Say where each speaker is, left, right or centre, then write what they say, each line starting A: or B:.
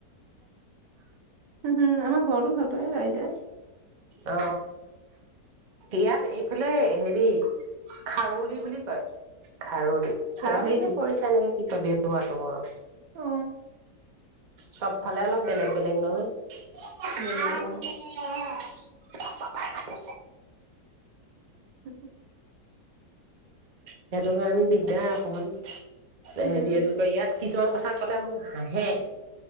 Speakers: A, on the right; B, on the right.
A: উম হুম আমাৰ ঘৰটো ভাল পায়ে ৰাইজে
B: অ ইয়াত এইফালে হেৰি খাৰলি বুলি কয় খাৰলি খাৰনে
A: হেৰিটো
B: কৰিছা এনেকে কি বটো <unintelligible>
A: অ
B: চবফালে অলপ বেলেগ বেলেগ নহয় <unintelligible>
A: বেলেগ অ
B: মোৰ পাপাই মাতিছে
A: আ <inaudible>
B: সেইটো কাৰণে দিগদাৰ অকমান হেৰি
A: উম
B: এনেকে ইয়াত কিছুমান কথা কথা কলে মোৰ হাঁহে